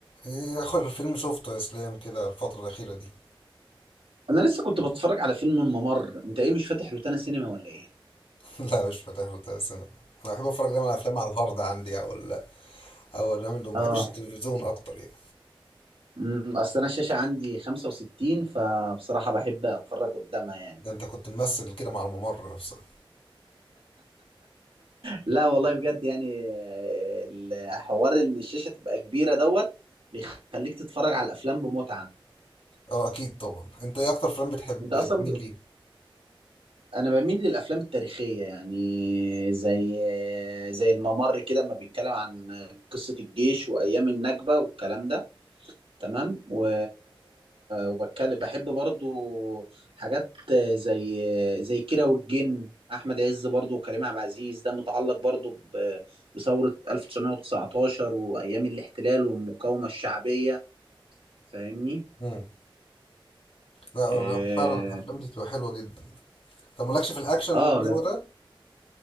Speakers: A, on the left (about 80°); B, on the right (about 80°).
A: ايه اخر فيلم شفته يا اسلام كده الفترة الأخيرة دي <laughs>
B: انا لسه كنت بتفرج على فيلم الممر انت ايه مش فاتح روتانا سينما ولا ايه
A: لا مش فاتح له تلات سينما انا بحب اتفرج دايما على افلام على الهارد عندي او ال- او الأيام اللي ما
B: اه
A: بحبش التلفزيون اكتر يعني
B: امم اصل انا الشاشه عندي 65 فبصراحه بحب اتفرج قدامها يعني
A: ده انت كنت ممثل كده مع الممر نفسها
B: لا والله بجد يعني آه، الحوار ان الشاشه تبقى كبيره دوت بيخليك تتفرج على الافلام بمتعه
A: اه اكيد طبعا انت ايه اكتر فيلم بتحب
B: انت اصلا
A: مين
B: ب...
A: ليه
B: انا بميل للافلام التاريخيه يعني زي زي الممر كده لما بيتكلم عن قصه الجيش وايام النكبه والكلام ده تمام و... وبتكلم بحب برضو حاجات زي زي كيرة والجن احمد عز برضو وكريم عبد العزيز ده متعلق برضو ب... بثورة 1919 وايام الاحتلال والمقاومة الشعبية فاهمني
A: امم لا
B: اه
A: أنا فعلا الافلام دي بتبقى حلوة جدا طب مالكش في الاكشن
B: آه،
A: والجو ده